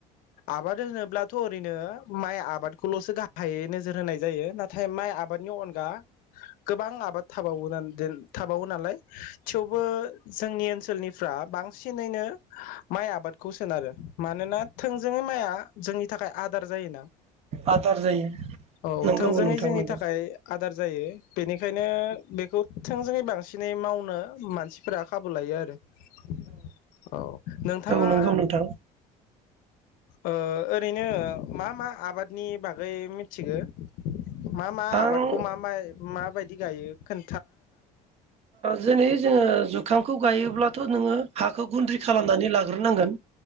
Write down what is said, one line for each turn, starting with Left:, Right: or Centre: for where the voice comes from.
Left: आबाद होनोब्लाथ' ओरैनो माइ आबादखौल'सो गाहायै नोजोर होनाय जायो ना नाथाय माइ आबादनि अनगा गोबां आबाद थाबावोन <unintelligible> थाबावो नालाय थेवबो जोंनि ओनसोलनिफ्रा बांसिनैनो माइ आबाद खौ सोनारो मानोना थोंजोङै माइया जोंनि नि थाखाय आदार जायोना
Right: आदार जायो
Left: औ
Right: नंगौ
Left: थोंजोङै
Right: नोंथां
Left: जोंनि
Right: नंगौ
Left: थाखाय आदार जायो बेनिखायनो बेखौ थोंजोङै बांसिनै मावनो मानसिफोरा खाबु लायो आरो <inaudible> औ नोंथाङा
Right: औ नंगौ
Left: <inaudible>
Right: नोंथां
Left: ओ ओद ओरैनो मा मा आबादनि बागै मिथिगौ मा मा
Right: आं
Left: आबादखौ मा मा माबायदि गायो खोन
Right: जनै जोङो जुखामखौ गायोब्लाथ' नोङो हाखौ गुन्द्रि खालामनानै लाग ग्रोनांगोन